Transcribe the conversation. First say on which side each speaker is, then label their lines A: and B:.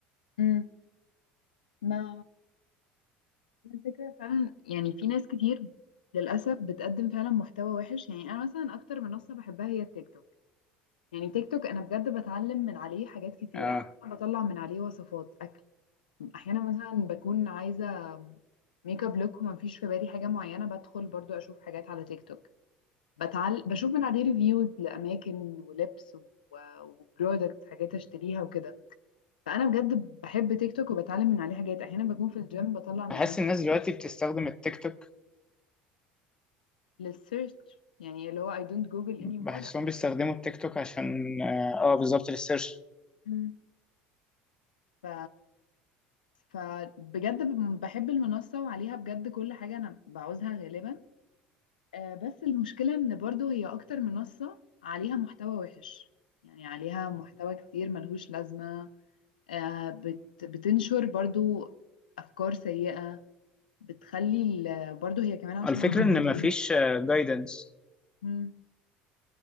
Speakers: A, on the left; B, on the left.
A: امم ما هي الفكرة فعلا يعني في ناس كتير للأسف بتقدم فعلا محتوى وحش يعني أنا مثلا أكتر منصة بحبها هي التيك توك يعني تيك توك انا بجد بتعلم من عليه حاجات كتير
B: اه
A: انا مثلا بطلع من عليه وصفات اكل احيانا مثلا بكون عايزه ميك اب لوك وما فيش في بالي حاجه معينه بدخل برضو اشوف حاجات على تيك توك بتعل... بشوف من عليه ريفيوز لاماكن ولبس و... وبرودكت حاجات اشتريها وكده فانا بجد بحب تيك توك وبتعلم من عليه حاجات احيانا بكون في الجيم بطلع من
B: بحس
A: عليه
B: الناس دلوقتي بتستخدم التيك توك
A: للسيرش يعني اللي هو I don't Google
B: بحسهم
A: anymore I use
B: بيستخدموا
A: it.
B: التيك توك عشان اه آه، بالظبط للسيرش
A: مم. ف فبجد ب- بحب المنصة وعليها بجد كل حاجة أنا بعوزها غالبا آه، بس المشكلة إن برضو هي أكتر منصة عليها محتوى وحش يعني عليها محتوى كتير ملهوش لازمة آه، بت بتنشر برضو أفكار سيئة بتخلي ال- برضو هي كمان عشان
B: الفكرة
A: <laughs>
B: ان مفيش جايدنس
A: مم.